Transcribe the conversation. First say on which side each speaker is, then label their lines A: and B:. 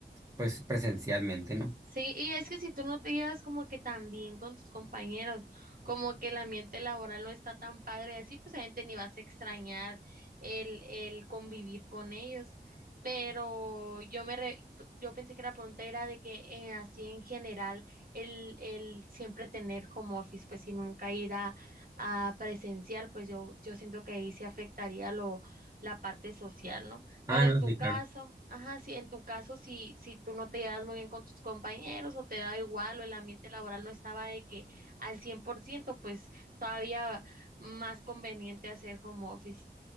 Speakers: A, on the right (about 20°); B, on the right (about 55°).
A: pues presencialmente, ¿no?
B: Sí, y es que si tú no te llevas como que tan bien con tus compañeros, como que el ambiente laboral no está tan padre, así pues obviamente ni vas a extrañar el, el convivir con ellos. Pero yo me re- yo pensé que la pregunta era de que eh, así en general el, el siempre tener home office, pues y nunca ir a, a presencial, pues yo, yo siento que ahí se afectaría lo, la parte social, ¿no?
A: Ah,
B: Pero en
A: no,
B: tu
A: sí,
B: caso,
A: claro.
B: ajá, sí, en tu caso, si, si tú no te llevas muy bien con tus compañeros o te da igual o el ambiente laboral no estaba de que al 100%, pues todavía más conveniente hacer home office.